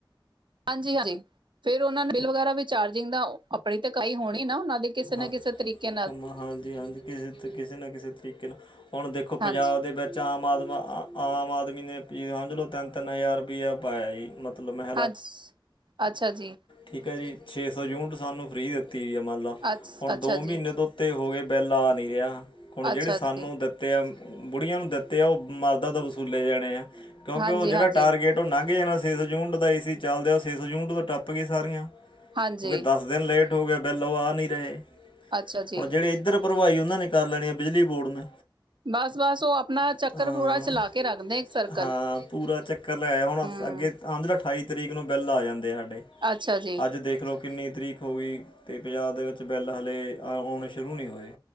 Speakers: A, on the right; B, on the left.
A: ਹਾਂਜੀ ਹਾਂਜੀ ਫੇਰ ਉਹ ਨੇ ਬਿਲ ਵਗੈਰਾ ਵੀ ਚਾਰਜਿੰਗ ਦਾ ਆਪਣੀ ਤੇ ਕਾਈ ਹੋਣੀ ਨਾ ਉਹਨਾਂ ਦੀ ਕਿਸੇ ਨਾ
B: ਹਾਂ
A: ਕਿਸੇ ਤਰੀਕੇ ਨਾਲ
B: ਕੰਮ ਹਾਂਜੀ ਹਾਂਜੀ ਕਿਸੇ ਕਿਸੇ ਨਾ ਕਿਸੇ ਤਰੀਕੇ ਨਾਲ ਹੁਣ ਦੇਖੋ ਪੰਜਾਬ
A: ਹਾਂਜੀ
B: ਦੇ ਵਿੱਚ ਆਮ ਆਦਮ ਆਮ ਆਦਮੀ ਨੇ ਹਾਂਝ ਲੋ ਤਿੰਨ ਤਿੰਨ ਹਜ਼ਾਰ ਰੁਪਇਆ ਪਾਇਆ ਜੀ ਮਤਲਬ ਮੈਂ
A: ਹਾਂਜੀ ਅੱਛਾ ਜੀ
B: ਠੀਕ ਹੈ ਜੀ ਛੇ ਸੌ ਯੂਨਿਟ ਸਾਨੂੰ ਫਰੀ ਦਿੱਤੀ ਵੀ ਆ ਮੰਨ ਲਾ
A: ਅੱਛ
B: ਹੁਣ
A: ਅੱਛਾ
B: ਦੋ
A: ਜੀ
B: ਮਹੀਨੇ ਤੋਂ ਤੇ ਹੋ ਗਏ ਬਿੱਲ ਆ ਨਹੀਂ ਰਿਹਾ ਹੁਣ ਜਿਹੜੇ
A: ਅੱਛਾ
B: ਸਾਨੂੰ
A: ਜੀ
B: ਦਿੱ ਦਿੱਤੇ ਆ ਬੁੜੀਆਂ ਨੂੰ ਦਿੱਤੇ ਆ ਉਹ ਮਰਦ ਤੋਂ ਵਸੂਲੇ ਜਾਣੇ ਆ ਕਿਉਂਕਿ
A: ਹਾਂਜੀ
B: ਉਹ ਜਿਹੜਾ
A: ਹਾਂਜੀ
B: ਟਾਰਗੇਟ ਤੋ ਨੰਘ ਜਾਣਾ ਸੀ ਜੂਨਟ ਦਾ ਏ ਸੀ ਚੱਲਦੇ ਉਹ ਸੇਸ ਜੂਨਟ ਤੋਂ ਟੱਪ ਗਏ ਸਾਰੀਆਂ
A: ਹਾਂਜੀ
B: ਕਿਉਂਕਿ ਦਸ ਦਿਨ ਲੇਟ ਹੋ ਗਿਆ ਬਿੱਲ ਉਹ ਆ ਨਹੀਂ ਰਹੇ
A: ਅੱਛਾ ਜੀ
B: ਹੁਣ ਜਿਹੜੇ ਇੱਧਰ ਭਰਵਾਈ ਉਹਨਾਂ ਨੇ ਕਰ ਲੈਣੀ ਹੈ ਬਿਜਲੀ ਬੋਰਡ ਨੇ।
A: ਬਸ-ਬਸ ਉਹ ਆਪਣਾ ਚੱਕਰ
B: ਹਾਂ
A: ਪੂਰਾ ਚਲਾ ਕੇ ਰੱਖਦੇ ਇੱਕ ਸਰਕਲ।
B: ਹਾਂ ਪੂਰਾ ਚੱਕਰ ਲੈਆ ਹੁਣ
A: ਹਮ
B: ਅੱਗੇ ਆਂ ਅਠਾਈ ਤਰੀਕ ਨੂੰ ਬਿੱਲ ਆ ਜਾਂਦੇ ਸਾਡੇ
A: ਅੱਛਾ ਜੀ
B: ਅੱਜ ਦੇਖ ਲੋ। ਕਿੰਨੀ ਤਰੀਕ ਹੋ ਗਈ ਅਤੇ ਪੰਜਾਬ ਦੇ ਵਿੱਚ ਬਿੱਲ ਹਲੇੇ ਆ ਆਉਣੇ ਸ਼ੁਰੂ ਨਹੀਂ ਹੋਏ।